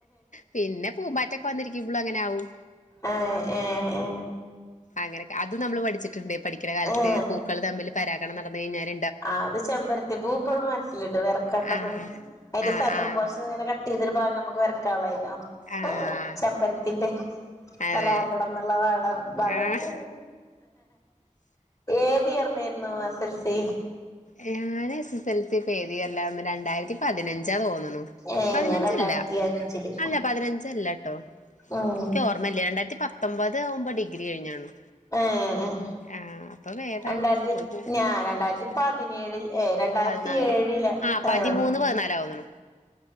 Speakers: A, on the left (about 70°); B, on the left (about 20°).
A: പിന്നെ പൂമ്പാറ്റൊക്കെ വന്നിരിക്കുമ്പളും അങ്ങനെ ആവും.
B: ആ ഏ ഏ
A: അങ്ങനെക്കെ അത് നമ്മള് പഠിച്ചിട്ടുണ്ട് പഠിക്ക്ണ കാലത്ത്
B: ആഹ്
A: പൂക്കള് തമ്മില് പരാഗണം നടന്ന് കയിഞ്ഞാല്.
B: ആ അത് ചെമ്പരത്തി പൂ ഇപ്പഴും മനസ്സിലുണ്ട് വെരക്കണ്ടതും
A: ആഹ്
B: അതിന്റെ
A: ആഹ്
B: സെന്റെർ
A: ആഹ്
B: പോഴ്സ് ഇങ്ങനെ ക ട്ടീതൊരു ഭാഗം മ്മക്ക് വെരക്കാള്ളായിനോ
A: ആഹ്
B: ചെമ്പര്ത്തിന്റെ
A: അതെ
B: പരാഗണം ന്ന്ള്ള പാഠം ഭാഗായിട്ട്.
A: ആഹ്
B: ഏത് ഇയർലേര്ന്നു എസ് എൽ സി?
A: ഞാന് എസ് എസ് എൽ സി പ്പേതിയർ ലായിരുന്നു രണ്ടായിരത്തി പതിനഞ്ചാ തോന്ന്ണു.
B: ഏഹ്
A: പതിനഞ്ചല്ല
B: ഞാൻ രണ്ടായിരത്തി അഞ്ചില്
A: അല്ല പതിനഞ്ചല്ലാട്ടോ
B: ഉം
A: ഇക്ക്യോ ർ മല്ല്യ രണ്ടായിരത്തിത്തൊമ്പത് ആവുമ്പോ ഡിഗ്രി കഴിഞ്ഞാണ്ണു
B: ഏഹ് ഏഹ്
A: ആ അപ്പൊ വേദാ
B: രണ്ടായിരത്തി
A: വൂഇങ്ങൾത്
B: ഞാൻ രണ്ടായിരത്തി
A: പയിനാർ.
B: പതിനേഴിൽ ഏ രണ്ടായിരത്തി
A: പതിനാല്
B: ഏഴില്
A: ആ പതിമൂന്ന്
B: ഏ
A: പതിനാലാ തോന്നണു.